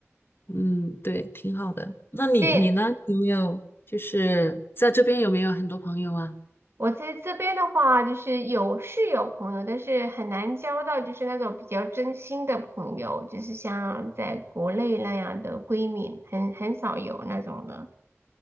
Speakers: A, on the left (about 50°); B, on the right (about 55°).
A: 嗯，对，挺好的。那你你呢？
B: 对，
A: 有没有就是在这边有没有很多朋友啊？
B: 我在这边的话，就是有是有朋友，但是很难交到就是那种比较真心的朋友，就是像在国内那样的闺蜜，很很少有那种的。